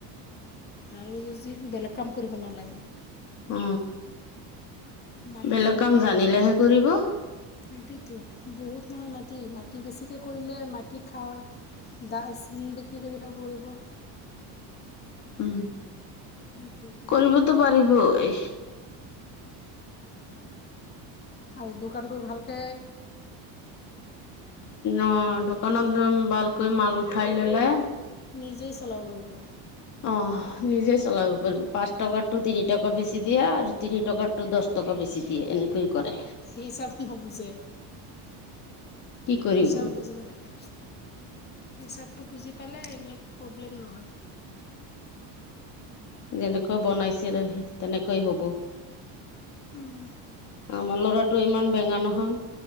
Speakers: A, on the left (about 25°); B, on the left (about 45°).
A: আৰু যি বেলেগ কাম কৰিব নালাগে
B: অ
A: মাটিতো
B: বেলেগ কাম জানিলেহে কৰিব।
A: সতিতো বহুত নহয় মাটি -মাটি বেছিকে কৰিলে মাটি খাওঁ। দাচ বিক্ৰী কৰি খাব পাৰিব।
B: উম
A: সেইটোৱেতো
B: কৰিবতো পাৰিব এই
A: আৰু দোকানটো ভালকে
B: অ দোকানত
A: পাৰে
B: ভালকৈ মাল উঠাই ললে।
A: নিজেই চলাব পাৰিব।
B: অ নিজেই চলাব পাৰিব পাঁচ, টকা টো তিনি টকা বেছি দিয়া আৰু তিনি টকা। টো দহ টকা বেছি দিয়ে এনেকৈ কৰে
A: হিচাপ নুবুজে
B: কি কৰিব
A: হিচাব বুজিব লাগে। হিচাপটো বুজি পালে এইবিলাক প্ৰব্লেম নহয়।
B: যেনেকৈ বনাইছিল তেনেকৈ হ'ব।
A: উম
B: আমাৰ ল'ৰাটো ইমান বেঙা নহয়।